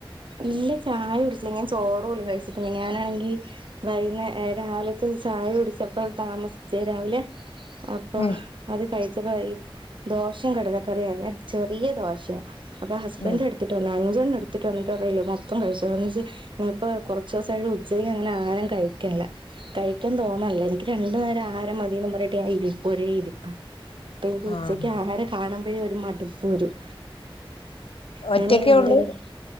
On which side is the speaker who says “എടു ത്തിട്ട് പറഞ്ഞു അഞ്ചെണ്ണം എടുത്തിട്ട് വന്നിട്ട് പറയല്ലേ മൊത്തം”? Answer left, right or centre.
Right